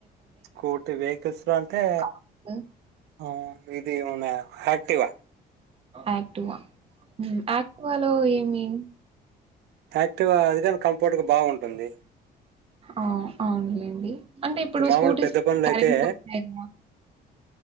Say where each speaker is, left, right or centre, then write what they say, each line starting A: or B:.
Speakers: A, on the right (about 75°); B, on the right (about 35°).
A: స్కూటి వెహికిల్స్ లో అంటే
B: కారు,
A: ఆ ఇది మన యాక్టివ
B: యాక్టివ మ్ ఆక్వాలో ఎ మీన్
A: యాక్టివ అదికూడా కంఫర్టగ బావుంటుంది
B: ఔ అవునులేండి అంటే ఇప్పుడు
A: ఈ మామూలు
B: స్కూటీస్
A: పెద్ద పనులు
B: కరెంట్
A: అయితే
B: <inaudible>